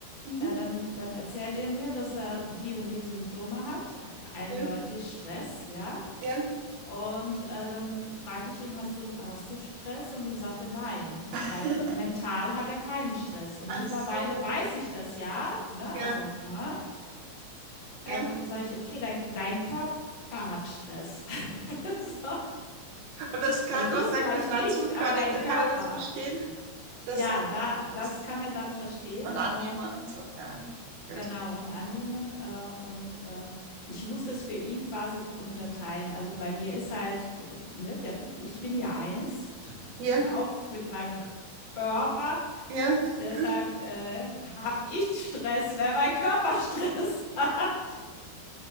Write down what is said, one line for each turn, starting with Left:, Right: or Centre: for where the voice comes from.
Right: Mhm.
Left: Äh, dann dann erzählt er mir, dass er die und die Symptome hat, eindeutig
Right: Ja,
Left: Stress, ja?
Right: ja.
Left: Und, äh, dann frage ich ihn: „Hast du hast du Stress?“ Und dann sagt er: „Nein“,
Right: <laughs>
Left: weil mental hat er keinen Stress. Und
Right: Ach
Left: mittlerweile
Right: so.
Left: weiß ich das ja, ne?
Right: Ja,
Left: Also, aha, ähm,
Right: ja.
Left: und dann sage ich: „Okay, dein dein Körper hat Stress.“ <laughs> So.
Right: Und das kann,
Left: Also, du
Right: was
Left: vielleicht
Right: sagt er dazu?
Left: nicht,
Right: Kann
Left: aber dein
Right: er,
Left: Körper.
Right: kann er das verstehen? Das
Left: Ja,
Right: sagt
Left: da
Right: er nicht was.
Left: das kann er dann verstehen,
Right: Und annehmen
Left: ähm
Right: und so. Ja,
Left: Genau,
Right: gut.
Left: und annehmen. Äh, und äh, ich muss es für ihn quasi unterteilen. Also bei mir ist halt, k- ne, der, ich bin ja eins, <laughs>
Right: Ja,
Left: auch mit meinem Körper.
Right: ja,
Left: Deshalb
Right: gut.
Left: äh, habe ich Stress, wenn mein Körper <laughs> Stress hat.